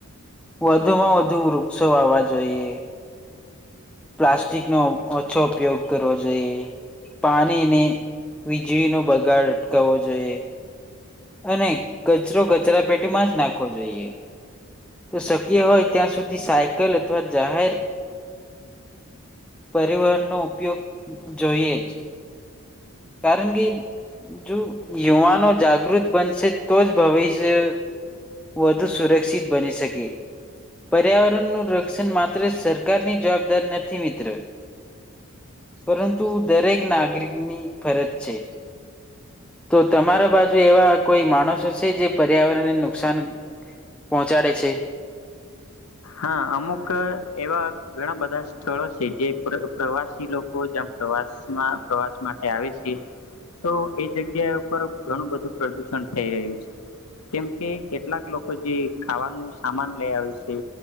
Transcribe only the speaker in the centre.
વધુમાં વધુ વૃક્ષો વાવવા જોઈએ પ્લાસ્ટિકનો ઓછો ઉપયોગ કરવો જોઈએ પાણીને વીજળીનો બગાડ અટકાવવો જોઈએ. અને કચરો કચરા પેટીમાં જ નાખવો જોઈએ તો શક્ય હોય ત્યાં સુધી સાયકલ અથવા જાહેર પરિવહનનો ઉપયોગ જોઈએ જ. કારણ કે જો યુવાનો જાગૃત બનશે તો જ ભવિષ્ય વધુ સુરક્ષિત બની શકે પર્યાવરણનું રક્ષણ માત્ર સરકારની જવાબદાર નથી મિત્ર પરંતુ દરેક નાગરિકની ફરજ છે તો તમારા બાજુ એવા કોઈ માણસો છે જે પર્યાવરણને નુકસાન પહોંચાડે છે